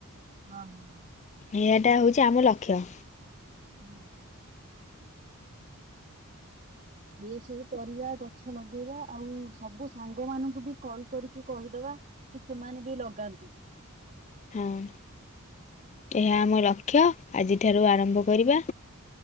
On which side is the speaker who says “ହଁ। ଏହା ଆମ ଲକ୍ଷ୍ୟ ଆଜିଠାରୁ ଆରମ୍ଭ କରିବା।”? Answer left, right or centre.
Left